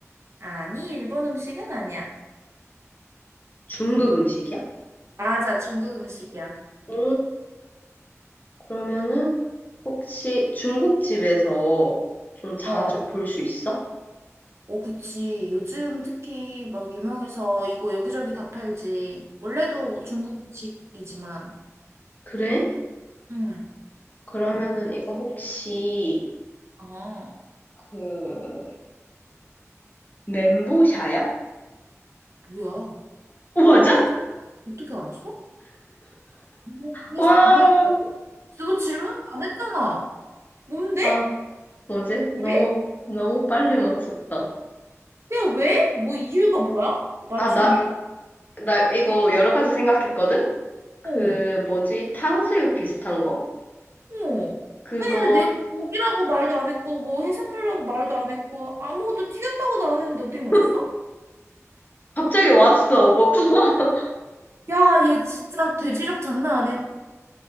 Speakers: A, on the right; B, on the left.
A: 아니, 일본 음식은 아니야.
B: 중국 음식이야?
A: 맞아, 중국 음식이야.
B: 오, 그러면은 혹시 중국집에서 좀 자주
A: 어.
B: 볼 수 있어?
A: 어, 그치. 요즘 특히 막 유명해서 이거 여기저기 다 팔지. 원래도 중국 음식이지만.
B: 그래?
A: 응.
B: 그러면은 이거 혹시
A: 어.
B: 그 멘보샤야?
A: 뭐야?
B: 어, 맞아?
A: 어떻게, 어떻게 알았어? 뭐, 뭐
B: 와,
A: 했- 뭐 했다고? 너 질문도 안 했잖아. 뭔데?
B: 아, 뭐지? 너무
A: 왜?
B: 너무 빨리 맞췄다.
A: 야, 왜? 뭐 이유가 뭐야? 맞춘
B: 아, 나
A: 이유가?
B: 나 이거 여러 가지 생각했거든? 그
A: 어.
B: 뭐지? 탕수육 비슷한 거?
A: 어.
B: 그거
A: 아니, 근데 내가 고기라고 말도 안 했고, 뭐 해산물이라고 말도 안 했고, 아무것도 튀겼다고도 안 했는데 어떻게 맞췄어?
B: <laughs> 갑자기 왔어. 뭐 <laughs>
A: 야, 얘 진짜 돼지력 장난 아니네.